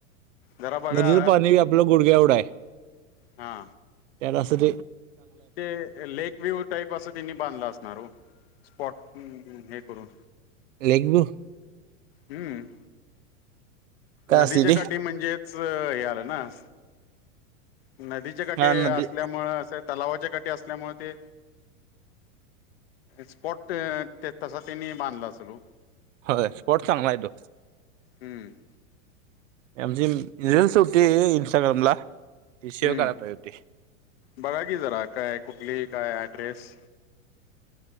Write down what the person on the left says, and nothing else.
जरा बघा
हा
ते लेक व्ह्यू टाईप असं त्यांनी बांधलं असणार हो स्पॉट हे करून
हम्म
नदीच्या
काठी म्हणजेच हे आलं ना? नदीच्या काठी
असल्यामु असे तलावाच्या काठी असल्यामुळे ते स्पॉट तसा त्यांनी बांधला असल ओ.
हम्म
हम्म
बघा की जरा काय कुठली काय ऍड्रेस